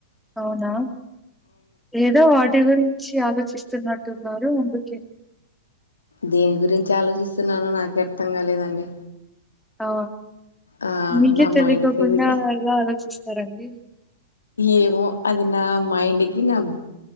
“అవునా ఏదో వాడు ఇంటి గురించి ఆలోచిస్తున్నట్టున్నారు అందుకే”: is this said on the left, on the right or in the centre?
Centre